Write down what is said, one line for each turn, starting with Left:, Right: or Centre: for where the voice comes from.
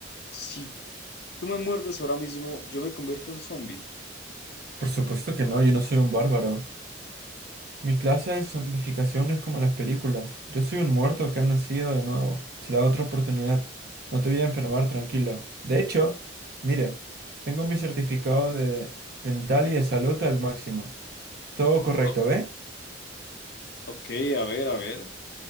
Left: Si tú me muerdes ahora mismo, yo me convierto en zombie.
Right: Por supuesto que no, yo no soy un bárbaro. Mi clase de zombificación no es como las películas. Yo soy un muerto que ha nacido de nuevo. Se la da otra oportunidad. No te voy a enfermar, tranquilo. De hecho, mire, tengo mi certificado de dental y de salud al máximo. Todo correcto,
Left: <laughs>
Right: ¿ve?
Left: Ok, a ver, a ver.